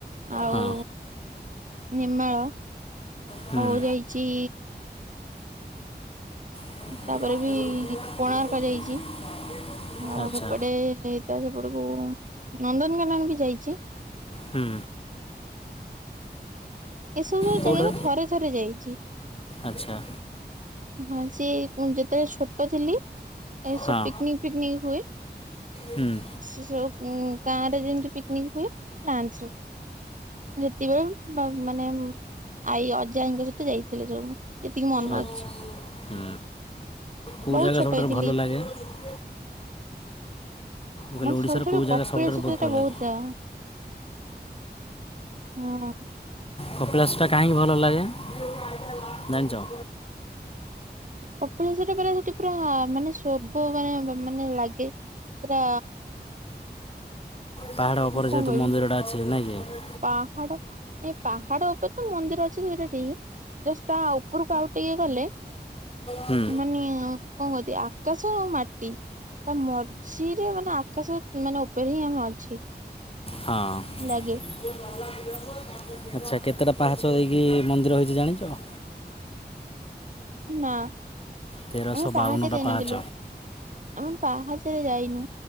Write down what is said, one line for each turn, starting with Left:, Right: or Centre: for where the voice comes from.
Right: ଆଉ
Left: ହଁ
Right: ନିର୍ମାଳ
Left: ହୁଁ
Right: ଆଉ ଯାଇଛି
Left: <unintelligible>
Right: ତାପରେ ବି କୋଣାର୍କ ଯାଇଛି ଆଉ
Left: ଆଚ୍ଛା
Right: ଏପଟେ ତା ସେପଟକୁ ନନ୍ଦନକାନକ ବି ଯାଇଛି।
Left: ହୁଁ।
Right: ଏସବୁ ସବୁ
Left: କେଉଁଟା
Right: ଜାଗାକୁ ଥରେ ଥରେ ଯାଇଛି।
Left: ଆଚ୍ଛା।
Right: ହଁ ସିଏ ଯେତେବେଳେ ଛୋଟ ଥିଲି ଏସବୁ
Left: ହଁ
Right: ପିକ୍ ନିକ୍ ଫିକ୍ ନିକ୍ ହୁଏ।
Left: ହୁଁ
Right: ସେ ସବୁ ଗାଁ ରେ ଯେମତି ପିକ୍ ନିକ୍ ହୁଏ ଯାଆନ୍ତି ସବୁ। ସେତିବେଳେ ବା ମାନେ ଆଈ ଅଜାଙ୍କ ସହିତ ଯାଇଥିଲେ ଯୋଉ ସେତିକି ମନେ
Left: ଆଚ୍ଛା
Right: ଅଛି।
Left: ହୁଁ କୋଉ
Right: ବହୁତ
Left: ଜାଗା
Right: ଛୋଟ
Left: ସବୁଠାରୁ
Right: ହେଇଥିଲି।
Left: ଭଲ ଲାଗେ? ମୁଁ କହିଲି
Right: ମାତେ
Left: ଓଡ଼ିଶାର
Right: ସବୁଠାରୁ
Left: କେଉଁ ଜାଗା
Right: କପିଳାସ
Left: ସବୁଠାରୁ ବହୁତ
Right: ଟିକେ
Left: ଭଲ
Right: ବୋହୁତ୍
Left: ଲାଗେ
Right: ଯା ହଁ।
Left: କପିଳାଶଟା କାହିଁକି ଭଲ ଲାଗେ ଜାଣିଛ?
Right: କପିଳାସ ଟା ପରା ସେଠି ପୁରା ମାନେ ସ୍ଵର୍ଗ ମାନେ ମାନେ ଲାଗେ। ପୁରା
Left: ପାହାଡ଼ ଉପରେ
Right: କଣ
Left: ଯେହେତୁ
Right: କହିବି
Left: ମନ୍ଦିରଟା ଅଛି। ନାଇଁ କି?
Right: ପାହାଡ ଏଇ ପାହାଡ ଉପରେ ତ ମନ୍ଦିର ଅଛି ସେଇଟା ଠିକ୍ ଜଷ୍ଟ ତା ଉପରକୁ ଆାଉ ଟିକେ ଗଲେ
Left: ହୁଁ
Right: ମାନେ କଣ କୁହତି ଆକାଶ ଆଉ ମାଟି ତା ମଝିରେ ମାନେ ଆକାଶ ମାନେ ଉପରେ ହିଁ ଆମେ ଅଛି।
Left: ହଁ।
Right: ଲାଗେ।
Left: ନ <inaudible> ଆଚ୍ଛା କେତେଟା ପାହାଚ ଦେଇକି ମନ୍ଦିର ହେଇଛି ଜାଣିଛ? <inaudible>
Right: ନା
Left: ତେରଶହ
Right: ଆମେ ପାହାଚରେ
Left: ବାଉନଟା
Right: ଯାଇନଥିଲୁ।
Left: ପାହାଚ
Right: ଆମେ ପାହାଚରେ ଯାଇନୁ